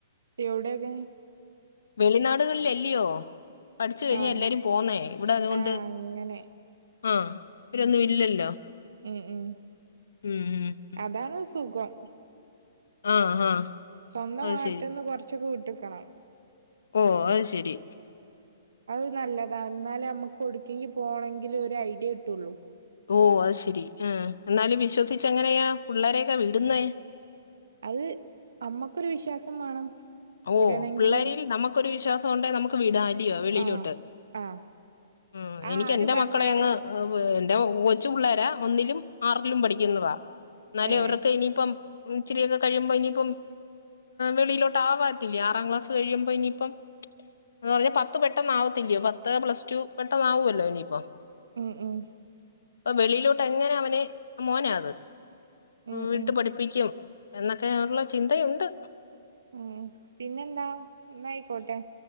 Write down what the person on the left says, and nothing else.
വെളിനാടുകളി ലല്ലയോ പഠിച്ചു കഴിഞ്ഞാ
എല്ലാരും പോന്നേ ഇവിടെ അതുകൊണ്ട്
ആഹ് ഇവരൊന്നും ഇല്ലല്ലോ
ഉം ഉം ഉം
ആഹ്
അത്
ശരി
ഓഹ് അത് ശരി
ഓഹ് അത് ശരി ആഹ് എന്നാലും വിശ്വസിച്ച് എങ്ങനെയാ പിള്ളേരൊക്കെ വിടുന്നേ
ഓഹ്
പിള്ളേരിരിൽ നമുക്കൊരു വിശ്വാസം ഉണ്ടേ നമുക്ക് വിടാ അല്ലിയോ വെളിയിലോട്ട്
ഉം
എനിക്ക്
എന്റെ
മക്കളെ അങ്ങ് ആഹ് എന്റേ കൊച്ചു പിള്ളേരാ ഒന്നിലും ആറിലും പഠിക്കുന്നതാ എന്നാലും
അവർക്ക് ഇനിയിപ്പം ഇച്ചിരിയൊക്കെ കഴിയുമ്പോ ഇനിയിപ്പം വെളിയിലോ ത്തവാത്തില്ല ആറാം ക്ലാസ് കഴിയുമ്പോ ഇനിയിപ്പം ന്ന് പറഞ്ഞാ പത്ത് പെട്ടെന്ന ആവത്തില്ലയോ പത്ത് പ്ലസ് ടു പെട്ടെന്നവുമല്ലോ ഇനിയിപ്പം
പ്പൊ വെളിയിലോട്ട് എങ്ങനെ അവനെ മോനാത്
വിട്ടു
പഠിപ്പിക്കും എന്നൊക്കെ ഉള്ള ചിന്തയുണ്ട്